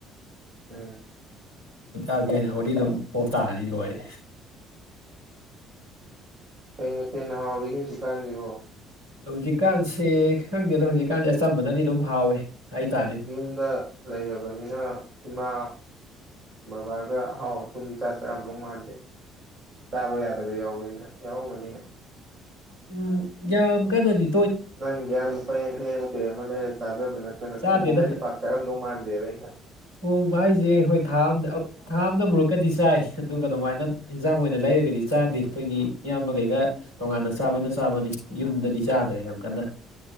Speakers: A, on the right (about 40°); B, on the right (about 80°).
A: ꯎꯝ
B: ꯑꯗꯨꯩꯅ ꯍꯧꯣꯔꯗꯤ ꯑꯗꯨꯝ ꯄꯣ ꯇꯥꯔꯅꯤ ꯂꯣꯏꯔꯦ
A: ꯀ ꯃꯊꯦꯜ ꯍꯥꯎꯔꯤꯒꯦ ꯍꯧꯖꯤꯛꯀꯥꯟꯁꯤꯕꯣ
B: ꯍꯧꯖꯤꯛꯀꯥꯟꯁꯦ ꯈꯪꯗꯦꯗ ꯍꯧꯖꯤꯛꯀꯥꯟꯁꯦ ꯑꯆꯝꯕꯅꯗꯤ ꯑꯗꯨꯝ ꯍꯥꯎꯋꯦ ꯍꯥꯏꯇꯥꯔꯦ
A: ꯌꯨꯝꯗ ꯂꯩꯔꯕꯅꯤꯅ ꯏꯃꯥ ꯑ ꯕꯥꯒ ꯍꯥꯎ ꯊꯨꯝꯃꯤ ꯆꯥ ꯆꯔꯝ ꯂꯧ ꯃꯥꯔꯗꯦ ꯆꯥꯕ ꯌꯥꯗꯕ ꯌꯥꯎꯕꯅꯤꯅ ꯌꯥꯎꯔꯝꯒꯅꯤꯅ
B: ꯎꯝ ꯌꯥ ꯀꯗꯥꯗꯤ
A: ꯅꯪꯒꯤ ꯂꯨꯄꯥ ꯌꯥꯡꯈꯩ ꯑꯃꯈꯩ ꯑꯃ ꯂꯩꯔ ꯆꯥꯗꯕ ꯅꯠꯇꯅ
B: ꯆꯥꯗꯦꯗ
A: ꯊꯣꯡꯉꯒꯗꯤ ꯄꯥꯛ ꯆꯥꯔꯝꯗꯧ ꯃꯥꯜꯂꯤ ꯗꯕ ꯍ
B: ꯍꯣꯡꯕ ꯍꯥꯏꯁꯦ ꯍꯣꯏ ꯊꯥ ꯑꯗ ꯊꯥꯝꯗ ꯃꯨꯔꯛꯀꯗꯤ ꯆꯥꯏ ꯑꯗꯨꯒ ꯑꯗꯨꯃꯥꯏꯅ ꯏꯟꯖꯥꯡ ꯑꯣꯏꯅ ꯂꯩꯔꯒꯗꯤ ꯆꯥꯗꯦ ꯑꯩꯈꯣꯏꯒꯤ ꯏꯌꯥꯝꯕꯈꯩꯒ ꯇꯣꯉꯥꯟꯅ ꯆꯥꯕꯅ ꯆꯥꯕꯅꯤ ꯌꯨꯝꯗꯗꯤ ꯆꯥꯗ꯭ꯔꯦ ꯌꯥꯝ ꯀꯟꯅ